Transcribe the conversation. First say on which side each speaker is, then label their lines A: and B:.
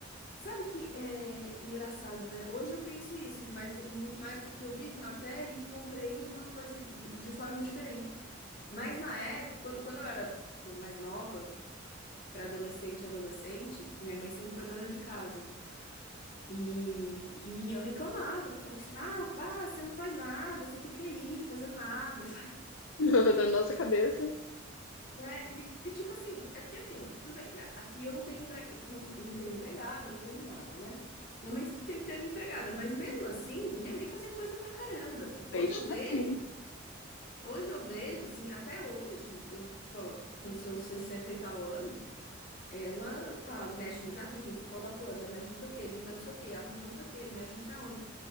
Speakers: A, on the left; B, on the left.
A: sabe que é engraçado, né? Hoje eu penso isso, e mas muito mais porque eu vivo na pele e compreendo uma coisa de, de forma diferente. Mas na época, quando, quando eu era pô, mais nova, pré-adolescente, adolescente, minha mãe sempre foi dona de casa. E, e eu reclamava, que falava assim, ah, pá, você não faz nada, você fica aí fazendo nada, <laughs>
B: <laughs> na nossa cabeça.
A: né? E, e, tipo assim, é porque assim, tudo bem, né, aqui eu não tenho, empre... não, não tenho empregada, não tenho nada, né? Minha mãe sempre teve empregada, mas mesmo assim, minha mãe fazia coisa pra caramba, assim.
B: Mesmo
A: Hoje eu vejo,
B: assim.
A: hoje eu vejo, assim, até hoje, eu, pô, com seus 60 e tal anos, ela, pá, mexe no jardim, poda a planta, mexe não sei o quê, limpa não sei o quê, arruma não sei o quê, mexe não sei onde